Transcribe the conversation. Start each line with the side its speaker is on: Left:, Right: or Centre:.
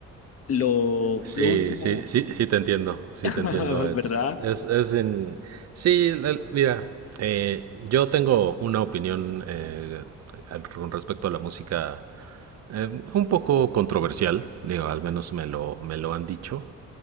Left: Lo,
Right: Sí,
Left: lo último,
Right: sí, sí, sí te entiendo, sí
Left: <laughs>
Right: te entiendo. Es,
Left: ¿verdad?
Right: es, es en... Sí, el- mira, eh, yo tengo una opinión eh, al- con respecto a la música eh, un poco controversial, digo, al menos me lo, me lo han dicho.